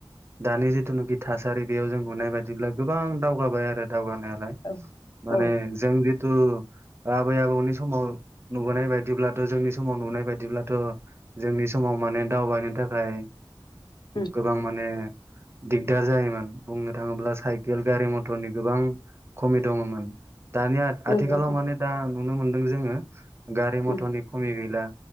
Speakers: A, on the right; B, on the left.
A: दानि जिथुनाखि थासारि बेयाव जों नुनाय बायदिब्ला गोबां दावगाबाय आरो दावगानायालाय
B: औ
A: माने
B: औ
A: जों थु आबै आबौनि समाव नुबोनाय बायदिब्लाथ' जोंनि समाव नुबोनाय बायदिब्लाथ' जोंनि समाव माने दावबायनो थाखाय
B: उम
A: गोबां माने दिग्दार जायोमोन बुंनो थाङोब्ला साइकेल गारि मथरनि गोबां खमि दङमोन दानिया
B: नंगौ
A: आथिखालाव
B: नोंथां
A: माने दा नुनो मोनदों जोङो गारि
B: उम
A: मथरनि खमि गैला